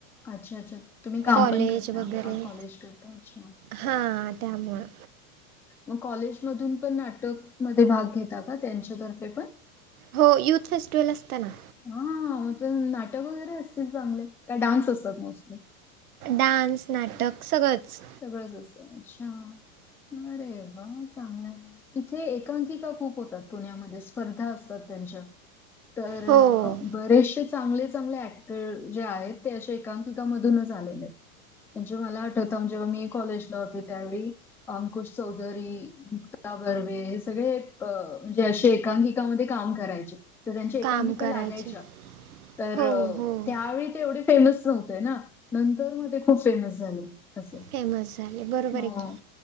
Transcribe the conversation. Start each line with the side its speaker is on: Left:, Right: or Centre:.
Centre: अच्छा अच्छा तुम्ही काम
Right: कॉलेज
Centre: पण करता
Right: वगैरे
Centre: कॉलेज करता अच्छा
Right: हां त्यामुळं
Centre: मग कॉलेजमधून पण नाटक म भाग घेता का त्यांच्यातर्फे पण
Right: हो यूथ फेस्टिवल असताना.
Centre: हा मग नाटक वगैरे असतील चांगले का डान्स असतात मोस्टली
Right: डान्स नाटक सहळंच.
Centre: सगळंच असतच्छा अरे वा चांगलं आहे. इथे एकांकिका खूप होतात पुण्यामध्ये स्पर्धा असतात त्यांच्या तर
Right: हो
Centre: बरेचसे चांगले चांगले ऍक्टर जे आहेत ते असे एकांकिकामधूनच आलेले आहेत. म्हणजे मला आठवत जेव्हा मी कॉलेजला होते त्यावेळी अंकुश चौधरी मुक्ता बर्वे हे सगळे अ म्हणजे असे एकांकिकामध्ये काम करायचे. तर त्यांच्या एकांकिका
Right: काम करायचे
Centre: लागायच्या तर
Right: हो हो
Centre: त्यावेळी ते एवढी फेमस नव्हते ना नंतर मग ते खूप फेमस झाले. असं.
Right: फेमस झाले बरोबर
Centre: हो.
Right: आहे की